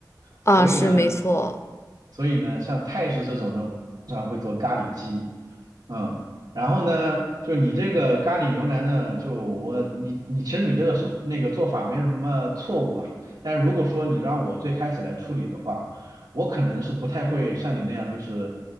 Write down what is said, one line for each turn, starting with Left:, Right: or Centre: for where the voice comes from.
Left: 啊，
Right: 所以呢。
Left: 是没错。
Right: 所以呢，像泰式这种呢，通常会做咖喱鸡，嗯，然后呢，就你这个咖喱牛腩呢，就我你你其实你这个手那个做法没什么错误啊，但是如果说你让我最开始来处理的话，我可能是不太会像你那样，就是，